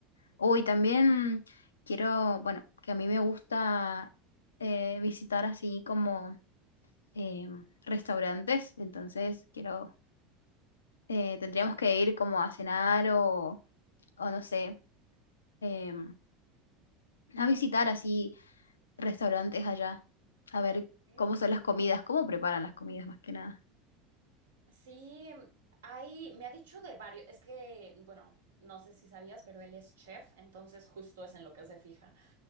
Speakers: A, on the left; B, on the right.
A: Uy,
B: Sí.
A: también quiero, bueno, que a mí me gusta eh, visitar así como eh, restaurantes, entonces quiero, eh, tendríamos que ir como a cenar o, o no sé, eh, a visitar así restaurantes allá, a ver
B: Ok.
A: cómo son las comidas, cómo preparan las comidas más que nada.
B: Sí, hay, me ha dicho de varios, es que, bueno, no sé si sabías, pero él es chef, entonces justo es en lo que se fija.